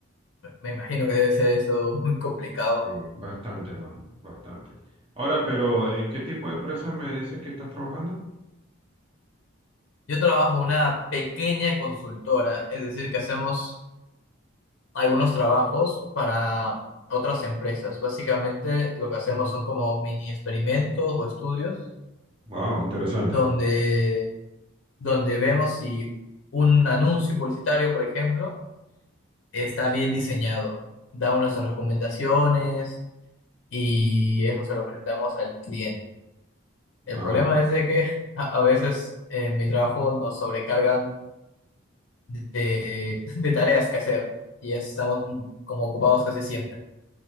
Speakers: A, on the left (about 60°); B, on the right (about 25°).
A: Me imagino que debe ser eso <laughs> muy complicado.
B: Sí, bastante, mano, bastante. Ahora, pero ¿en qué tipo de empresa me dices que estás trabajando?
A: Yo trabajo en una pequeña consultora, es decir, que hacemos algunos trabajos para otras empresas. Básicamente lo que hacemos son como mini experimentos o estudios
B: Wow, interesante.
A: donde, donde vemos si un anuncio publicitario, por ejemplo, está bien diseñado. Damos nuestras recomendaciones y eso se lo presentamos al cliente. El
B: Ah,
A: problema es de que <laughs> a a veces en mi trabajo nos sobrecargan de, <laughs> de tareas que hacer y estamos mm, como ocupados casi siempre.